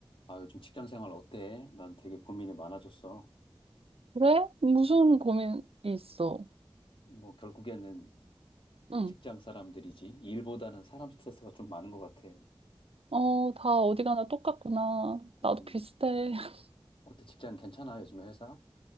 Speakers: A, on the left; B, on the right.
A: 아, 요즘 직장 생활 어때? 난 되게 고민이 많아졌어.
B: 그래? 무슨 고민이 있어?
A: 뭐, 결국에는
B: 응.
A: 직장 사람들이지. 일보다는 사람 스트레스가 좀 많은 것 같아.
B: 어, 다 어디 가나 똑같구나.
A: 음,
B: 나도 비슷해. <laughs>
A: 어때? 직장 괜찮아? 요즘에 회사?